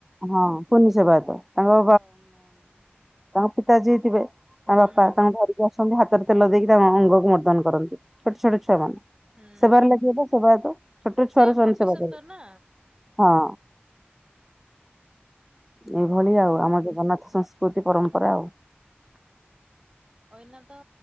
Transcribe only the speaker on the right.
ହୁଁ
ହୁଁ
ସେ
ଭବିଷ୍ୟତ
ନା
ସେ
ଅଇନା ତ